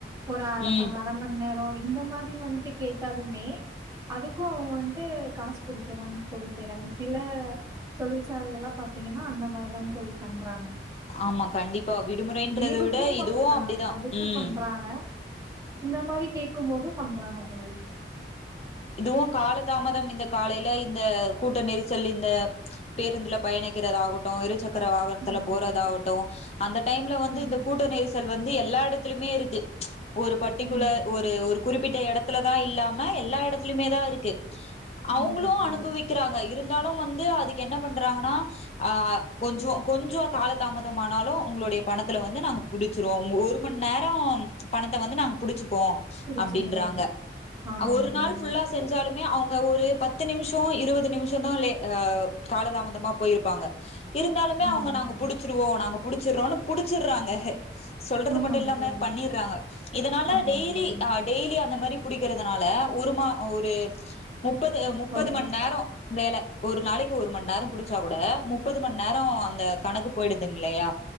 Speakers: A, on the right; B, on the left.
A: ஒரு அர
B: ம்
A: அர மண் வந்தர்ரோ இந்த மாதிரி வன்ட்டு கேட்டாலுமே அதுக்கு அவுங்க வன்ட்டு காசு புடிக்கதா தோழி செய்றாங்க சில தொழிற்சாலைகள் பாத்திங்கன்னா அந்த மாரிதாங் தோழி பண்றாங்க
B: ஆமா கண்டிப்பா விடுமுறைன்றத
A: லீவுக்கு
B: விட
A: பண்
B: இதுவு
A: அ
B: அப்டிதா
A: அதுக்கு
B: ம்
A: பண்றாங்க இந்த மாதிரி கேட்கு போது பண்றாங்க தோழி
B: இதுவு காலதாமதம் இந்த காலையில இந்த கூட்ட நெரிசல் இந்த பேருந்துல்ல பயணிக்கிறதா ஆக அப்றோ இருசக்கர வாகனத்தில
A: ஆமாங்க
B: போறதாகட்டு
A: தோழி.
B: அந்த டைம்ல வந்து
A: ம்.
B: இந்த கூட்ட நெ சல் வந்து எல்லா எடத்துலியுமே இருக்கு ஒரு பர்ட்டிகுலர்
A: ம்.
B: ஒரு ஒரு குறிப்பிட்ட எடத்துல தா இல்லாம எல்லா எடத்துலியுமே தா இருக்கு அவுங்ளு
A: ஆமாங்க தோழி.
B: அனுபவிக்க க்றாங்க இருந்தாலு வந்து அதுக்கு என்ன பண்றாங்கன்னா ஆ கொஞ்சோ கொஞ்சோ காலதாமதமானாலு உங்ளுடைய பணத்துல வந்து நாங்க புடிச்சிருவோ ஒரு மணி நேரோ பணத்த வந்து நாங்க புடிச்சுப்போ
A: புடிச்சிருங்க.
B: அப்டின்றாங்க
A: ஆமாங்க
B: ஒரு
A: தோழி.
B: நாள் ஃபுல்லா செஞ்சாலுமே அவுங்க ஒரு பத்து நிம்ஷோ இருவது நிம்ஷோதா காலதாமதமா பொயிருப் ப்பாங்க இருந்தாலுமே
A: ஆமாங்க
B: அவுங்க நாங்க
A: தோழி.
B: புடிச்சிருவோ நாங்க புடிச்சிட்றோன்னு புடிச்சிட்றாங்க சொல்றது
A: ஆமாங்க
B: மட்டு இல்லாம
A: தோழி.
B: பண்ணிட்றாங்க இதனால
A: ஆமாங்க
B: டெய்லி
A: தோழி.
B: டெய்லி அந்த மாரி புடிக்றதுனால ஒரு மா ஒரு முப்பது
A: ம்.
B: முப்பது
A: வரும்.
B: மணி நேரோ வேல ஒரு நாளைக்கு ஒரு மண் நேரோ புடிச்சா கூட முப்பது மண் நேரோ அந்த கணக்கு பொய்டுதும் இல்லையா